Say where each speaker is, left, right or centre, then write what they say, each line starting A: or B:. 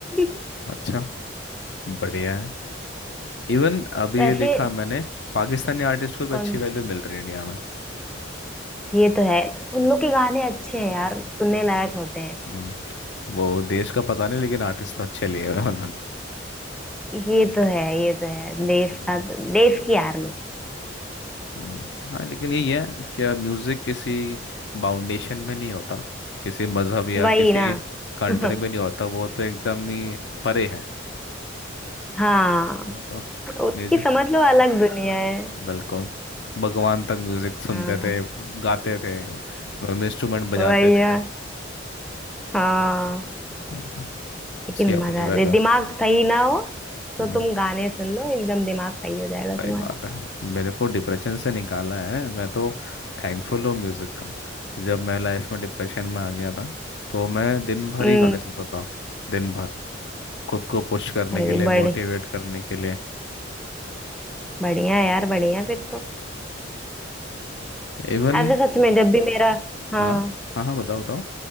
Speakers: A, in the centre; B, on the left (about 65°).
A: <laughs>
B: अच्छा बढ़िया है इवन अभी
A: वैसे
B: ये देखा मैंने पाकिस्तानी आर्टिस्ट को भी
A: कौन
B: अच्छी वैल्यू मिल रही है इंडिया में
A: ये तो है उन लोग के गाने अच्छे हैं यार सुनने
B: हम्म
A: लायक होते हैं
B: हम्म, वो देश का पता नहीं लेकिन आर्टिस्ट तो अच्छे लिए हुए हैं
A: ये तो है ये तो है देश
B: उन्होंने
A: का देश की आर्मी
B: हम्म, हाँ लेकिन यही है क्या म्यूजिक किसी फाउंडेशन में नहीं होता किसी मजहब या
A: वही
B: किसी
A: ना
B: कंट्री
A: <laughs>
B: में नहीं होता वो तो एकदम ही परे है
A: हाँ
B: वो तो
A: उसकी
B: म्यूजिक
A: समझ लो अलग दुनिया है
B: बिल्कुल भगवान तक म्यूजिक सुनते
A: हाँ
B: थे गाते थे इंस्ट्रूमेंट बजाते
A: वही
B: भी
A: ना
B: थे
A: हाँ
B: वो तो उसकी
A: लेकिन
B: अपनी
A: मजा
B: वैल्यू
A: दे दिमाग
B: है
A: सही ना हो
B: हम्म।
A: तो तुम गाने सुन लो एकदम दिमाग सही हो जाएगा
B: सही
A: तुम्हारा
B: बात है मेरे को डिप्रेशन से निकाला है मैं तो थैंकफुल हूँ म्यूज़िक का जब मैं लाइफ में डिप्रेशन में आ गया था तो मैं दिन भर
A: हम्म
B: ही गाने सुनता था दिन भर खुद को पुश करने
A: अरे
B: के लिए
A: बड़े
B: मोटिवेट करने के लिए
A: बढ़िया यार बढ़िया फिर तो
B: इवन
A: ऐसे सच में जब भी मेरा हाँ
B: हाँ हाँ हाँ बताओ बताओ